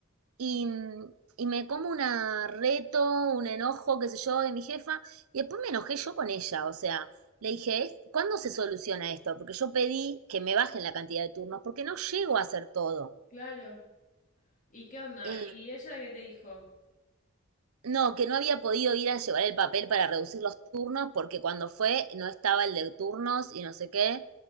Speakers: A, on the right; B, on the left.
A: y, y me como una reto, un enojo, qué sé yo, de mi jefa, y después me enojé yo con ella, o sea, le dije, "Es- ¿cuándo se soluciona esto? Porque yo pedí que me bajen la cantidad de turnos, porque no llego a hacer todo.
B: claro. ¿Y qué onda?
A: Eh,
B: ¿Y ella qué te dijo?
A: no, que no había podido ir a llevar el papel para reducir los turnos, porque cuando fue no estaba el de turnos y no sé qué.